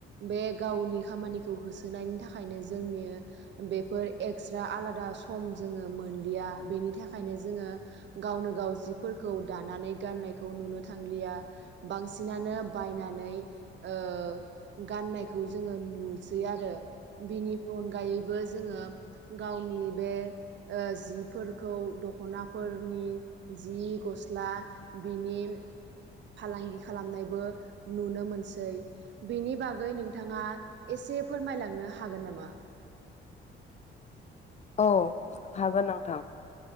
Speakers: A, on the right; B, on the left.
A: बे गावनि खामानिखौ होसोनायनि थाखायनो जोंनि बेफोर एक्सट्रा आलादा सम जोङो मोनलिया बेनि थाखायनो जोङो गावनो गाव जिफोरखौ दानानै गाननायखौ नुनो थांलिया बांसिनानो बायनानै ओ गाननायखौ जोङो नुसै आरो बिनि अनगायैबो जोङो गावनि बे ओ जिफोरखौ दख'नाफोरनि जि गस्ला बिनि फालांगि खालामनायबो नुनो मोनसै बेनि बागै नोंथाङा एसे फोरमायलांनो हागोन नामा
B: औ हागोन नोंथां